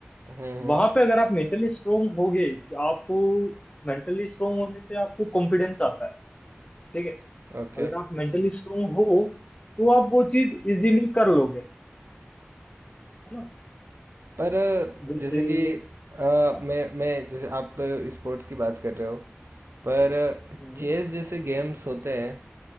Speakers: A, on the right; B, on the left.
A: हम्म हम्म
B: वहां पे अगर आप मेंटली स्ट्रोंग होगे कि आप मेंटली स्ट्रोंग होने से आपको कॉन्फिडेंस आता है ठीक है
A: ओके
B: अगर आप मेंटली स्ट्रोंग हो तो आप वो चीज इजीली कर लोगे है ना
A: पर
B: जैसे
A: जैसे कि अ,
B: हाँ
A: मैं मैं जैसे आप तो स्पोर्ट्स की बात कर रहे हो पर
B: हम्म,
A: चेस जैसे गेम्स होते हैं